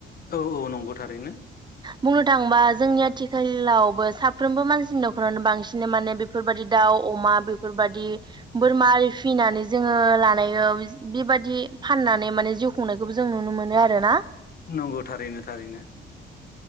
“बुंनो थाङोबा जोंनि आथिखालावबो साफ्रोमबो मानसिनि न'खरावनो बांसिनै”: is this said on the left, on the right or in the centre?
Right